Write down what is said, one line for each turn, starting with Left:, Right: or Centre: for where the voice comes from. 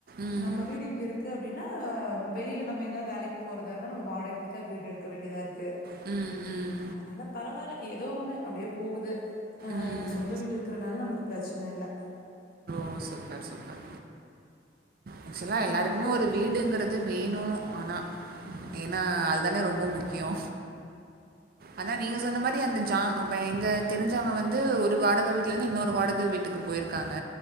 Right: ம்
Left: நம்ப வீடு இங்க இருக்கு அப்டின்னா வெளில நம்ப எங்காத் வேலைக் போறதா இராந்தா நம்ப வாடக் க வீடு எடுக்கவேண்டிதாருக்கு
Right: ம் ம்
Left: அதுனால பரவால்ல ஏதோ ஒண்ணு அப்டே போகுது அ
Right: ம்
Left: இப்ப சொந்த வீடு இருக்குறனால நம்மளுக்கு பிரச்சன இல்ல
Right: ஓ சூப்பர் சூப்பர் ஆக்சுலா
Left: அ
Right: எல்லாருக்குமே
Left: அப்புறம்
Right: ஒரு வீடுங்கற து அது வேணு ஆன்னா ஏன்னா அதுதான ரொம்பமுக்கியொ அதா நீங்க சொன்னமாரி அந்த ஜாம் அப்பஎங்க தெரிஞ்சவ்ங்க வந்து ஒரு வாடக வீட்லருந்து இன்னொரு வாடக வீட்டுக்கு போயிருகாங்க